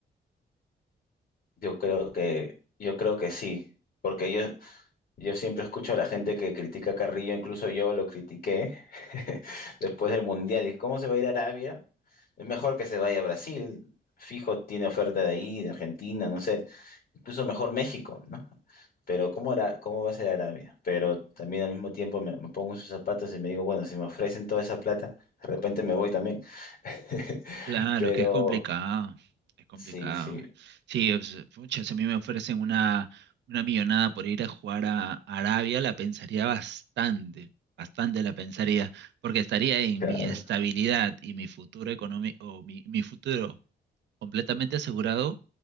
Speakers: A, on the left (about 60°); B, on the right (about 80°).
A: Yo creo que, yo creo que sí. Porque yo, Yo siempre escucho a la gente que critica a Carrillo, incluso yo lo critiqué <laughs> después del Mundial. ¿Y cómo se va a ir a Arabia? Es mejor que se vaya a Brasil. Fijo, tiene oferta de ahí, de Argentina, no sé. Incluso mejor México, ¿no? Pero ¿cómo hará, cómo va a ser Arabia? Pero también al mismo tiempo me, me pongo en sus zapatos y me digo, bueno, si me ofrecen toda esa plata, de repente me voy también. <laughs>
B: Claro,
A: Pero
B: es que es complicado, es complicado.
A: sí, sí.
B: Sí, es- pucha, si a mí me ofrecen una, una millonada por ir a jugar a Arabia, la pensaría bastante, bastante la pensaría, porque estaría en
A: Claro.
B: mi estabilidad y mi futuro económico, o mi mi futuro completamente asegurado